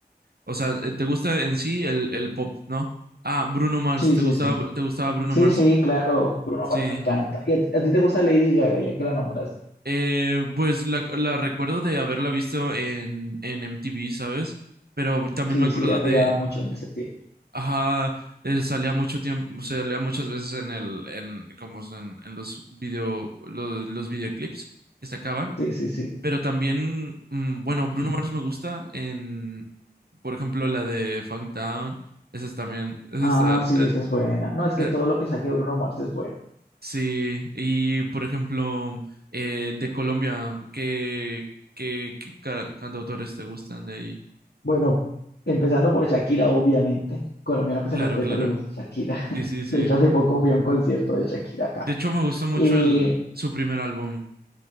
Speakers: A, on the right; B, on the left.
A: o sea, eh, ¿te gusta en sí el, el pop, no? Ah, Bruno Mars,
B: Sí,
A: ¿te
B: sí,
A: gustaba,
B: sí.
A: te gustaba Bruno
B: Sí,
A: Mars?
B: sí, claro, Bruno
A: Sí.
B: Mars me encanta. ¿Y a, ti a ti te gusta Lady Gaga, ya que la nombraste?
A: Eh, pues la, la recuerdo de haberla visto en, en MTV, ¿sabes? Pero también
B: Sí,
A: me acuerdo
B: sí, ella
A: de,
B: pegaba mucho en ese tiempo.
A: Ajá, eh, salía mucho tiempo, salía muchas veces en el, en, como es en, en los video, los, los videoclips que sacaban,
B: Sí, sí, sí.
A: pero también, mm, bueno, Bruno
B: <clears throat>
A: Mars me gusta en, por ejemplo, la de Funktown, esa es también, esa
B: Ah,
A: está, eh,
B: sí, esa es buena. No, es que
A: eh,
B: todo lo que saque Bruno Mars es bueno.
A: sí, y por ejemplo, eh, de Colombia, ¿qué, qué, qué ca- cantautores te gustan de ahí?
B: Bueno, empezando por Shakira, obviamente. Colombiano que
A: Claro,
B: se respete
A: claro,
B: le gusta Shakira. <laughs>
A: sí, sí, sí.
B: De hecho, hace poco fui a un concierto de Shakira acá.
A: De hecho, me gustó mucho
B: Eh,
A: el, su primer álbum.